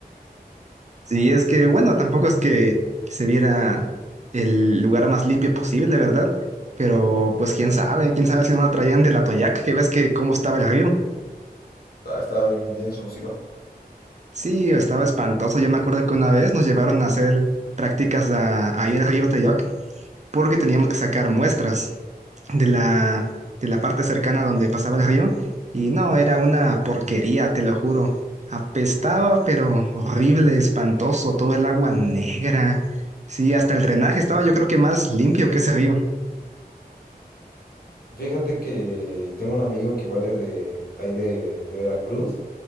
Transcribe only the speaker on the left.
Ah, estaba bien, bien sucio.
Fíjate que tengo un amigo que igual es de ahí de, de Veracruz,